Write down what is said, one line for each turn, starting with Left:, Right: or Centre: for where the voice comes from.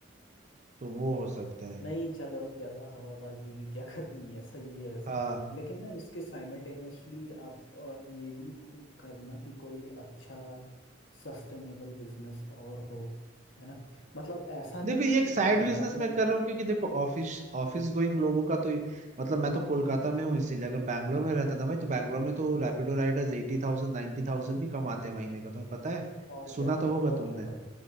Right: तो वो हो सकता है
Left: नहीं चलो ज़्यादा हवाबाजी भी क्या <laughs> करनी है सही है वैसे
Right: हाँ
Left: लेकिन ना इसके साइमल्टेनियसली आप और ये भी करना कि कोई अच्छा सस्टेनेबल बिजनेस और हो है ना मतलब ऐसा नहीं
Right: देखो
Left: कि
Right: ये एक साइड
Left: पहले
Right: बिजनेस
Left: आपने
Right: मैं कर रहा हूँ क्योंकि देखो ऑफिस ऑफिस गोइंग लोगों का तो मतलब मैं तो कोलकाता में हूँ इसीलिए अगर बैंगलोर में रहता ना भाई तो बैंगलोर में तो रैपिडो राइडर्स एटी थाउजेंड नाइन्टी थाउजेंड भी कमाते हैं महीने का तुम्हें पता है
Left: और क्या
Right: सुना
Left: है
Right: तो होगा
Left: और
Right: तुमने
Left: क्या भाई